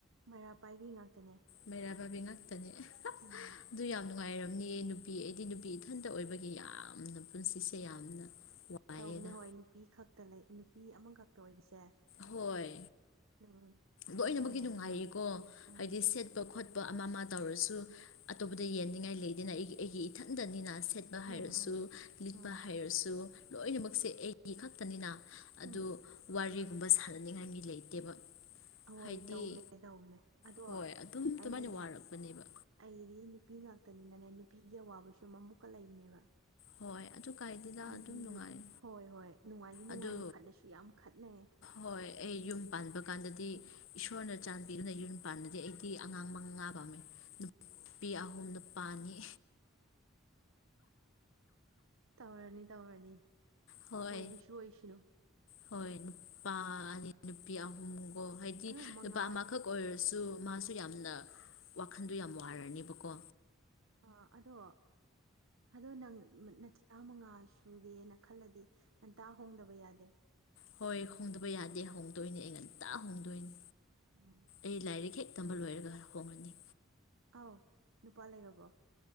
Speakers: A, on the right; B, on the left.
A: ꯃꯩꯔꯥ ꯄꯥꯏꯕꯤ ꯉꯥꯛꯇꯅꯦ
B: ꯃꯩꯔꯥ ꯄꯥꯏꯕꯤ ꯉꯥꯛꯇꯅꯦ
A: ꯎꯝ
B: ꯑꯗꯨ ꯌꯥꯝꯅ ꯅꯨꯡꯉꯥꯏꯔꯝꯅꯤ ꯅꯨꯄꯤ ꯑꯩꯗꯤ ꯅꯨꯄꯤ ꯏꯊꯟꯇ ꯑꯣꯏꯕꯒꯤ ꯌꯥꯝꯅ ꯄꯨꯟꯁꯤꯁꯦ ꯌꯥꯝꯅ ꯋꯥꯏꯑꯦꯗ
A: ꯇꯧꯕꯅꯦ ꯍꯣꯏ ꯅꯨꯄꯤ ꯈꯛꯇ ꯂꯩ ꯅꯨꯄꯤ ꯑꯃꯈꯛꯇ ꯑꯣꯏꯕꯁꯦ
B: ꯍꯣꯏ
A: ꯅꯨꯡꯉꯥꯏꯒꯟꯗꯕꯅꯦ
B: ꯂꯣꯏꯅꯃꯛꯀꯤ ꯅꯨꯡꯉꯥꯏꯌꯦꯀꯣ
A: ꯎꯝ
B: ꯍꯥꯏꯗꯤ ꯁꯦꯠꯄ ꯈꯣꯠꯄ ꯑꯃ ꯑꯃ ꯇꯧꯔꯁꯨ ꯑꯇꯣꯞꯄꯗ ꯌꯦꯟꯅꯤꯡꯉꯥꯏ ꯂꯩꯗꯅ ꯑꯩꯒꯤ ꯑꯩꯒꯤ ꯏꯊꯟꯗꯅꯤꯅ ꯁꯦꯠꯄ ꯍꯥꯏꯔꯁꯨ
A: ꯎꯝ ꯎꯝ
B: ꯂꯤꯠꯄ
A: ꯎꯝ
B: ꯍꯥꯏꯔꯁꯨ ꯂꯣꯏꯅꯃꯛꯁꯦ ꯑꯩꯒꯤ ꯈꯛꯇꯅꯤꯅ ꯑꯗꯨ
A: ꯎꯝ
B: ꯋꯥꯔꯤꯒꯨꯝꯕ ꯁꯥꯟꯅꯅꯤꯡꯉꯥꯏꯒꯤ ꯂꯩꯇꯦꯕ
A: ꯑꯍꯣꯏ
B: ꯍꯥꯏꯗꯤ
A: ꯇꯧꯕꯅꯦ ꯇꯧꯕꯅꯦ ꯑꯗꯣ
B: ꯍꯣꯏ ꯑꯗꯨꯝ ꯑꯗꯨꯃꯥꯏꯅ
A: ꯑꯩ ꯍꯥꯏꯒꯦ
B: ꯋꯥꯔꯛꯄꯅꯦꯕ
A: ꯑꯩꯗꯤ ꯅꯨꯄꯤ ꯉꯥꯛꯇꯅꯤꯅꯅꯦ ꯅꯨꯄꯤꯒꯤ ꯑꯋꯥꯕ ꯁꯨ ꯑꯃꯨꯛꯀ ꯂꯩꯕꯅꯦꯕ
B: ꯍꯣꯏ ꯑꯗꯨ ꯀꯥꯏꯗꯦꯗ
A: ꯅꯨꯄꯤꯒꯤ
B: ꯑꯗꯨꯝ ꯅꯨꯡꯉꯥꯏ
A: ꯍꯣꯏ ꯍꯣꯏ ꯅꯨꯡꯉꯥꯏꯗꯤ ꯅꯨꯡꯉꯥꯏꯌꯦ
B: ꯑꯗꯨ
A: ꯈꯠꯂꯁꯨ ꯌꯥꯝ ꯈꯠꯅꯩꯌꯦ
B: ꯍꯣꯏ ꯑꯩ ꯌꯨꯝ ꯄꯥꯟꯕ ꯀꯥꯟꯗꯗꯤ ꯏꯁꯣꯔꯅ ꯆꯥꯟꯕꯤꯗꯨꯅ ꯌꯨꯝ ꯄꯥꯟꯂꯗꯤ ꯑꯩꯗꯤ ꯑꯉꯥꯡ ꯃꯉꯥ ꯄꯥꯝꯃꯦ ꯅꯨꯄꯤ ꯑꯍꯨꯝ ꯅꯨꯄꯥ ꯑꯅꯤ
A: ꯇꯧꯔꯅꯤ ꯇꯧꯔꯅꯤ
B: ꯍꯣꯏ
A: ꯑꯣꯏꯕꯁꯨ ꯑꯣꯏꯁꯅꯨ
B: ꯍꯣꯏ ꯅꯨꯄꯥ ꯑꯅꯤ ꯅꯨꯄꯤ ꯑꯍꯨꯝꯒꯣ ꯍꯥꯏꯗꯤ
A: ꯑꯗꯣ ꯃꯉꯥ
B: ꯅꯨꯄꯥ ꯑꯃꯈꯛ ꯑꯣꯏꯔ ꯁꯨ ꯃꯥꯁꯨ ꯌꯥꯝꯅ ꯋꯥꯈꯟꯗꯨ ꯌꯥꯝ ꯋꯥꯔꯅꯤꯕꯀꯣ
A: ꯑ ꯑꯗꯣ ꯑꯗꯣ ꯅꯪ ꯆꯥꯃꯉꯥ ꯁꯨꯒꯦꯅ ꯈꯜꯂꯗꯤ ꯉꯟꯇꯥ ꯍꯣꯡꯗꯕ ꯌꯥꯗꯦ
B: ꯍꯣꯏ ꯍꯣꯡꯗꯕ ꯌꯥꯗꯦ ꯍꯣꯡꯗꯣꯏꯅꯤ ꯑꯩ ꯉꯟꯇ ꯍꯣꯡꯗꯣꯏꯅꯤ
A: ꯎꯝ
B: ꯑꯩ ꯂꯥꯏꯔꯤꯛ ꯍꯦꯛ ꯇꯝꯕ ꯂꯣꯏꯔꯒ ꯍꯣꯡꯂꯅꯤ
A: ꯑꯥꯎ ꯅꯨꯄꯥ ꯂꯩꯔꯕꯣ